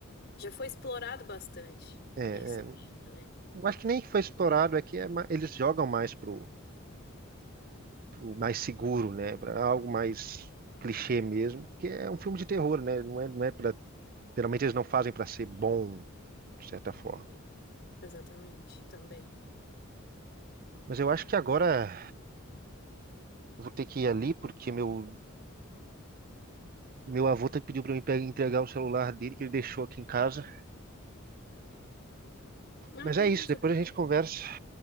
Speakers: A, on the left; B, on the right.
A: já foi explorado bastante
B: É,
A: esse tema,
B: é,
A: né?
B: Eu acho que nem foi explorado, é que é ma- eles jogam mais pro, pro mais seguro, né? Para algo mais clichê mesmo, porque é um filme de terror, né? Não é, não é para, geralmente eles não fazem para ser bom, de certa forma.
A: É. Exatamente, também.
B: Mas eu acho que agora eu vou ter que ir ali porque meu meu avô tá pediu para me pe- entregar o celular dele que ele deixou aqui em casa.
A: Ah,
B: Mas
A: beleza.
B: é isso, depois a gente conversa.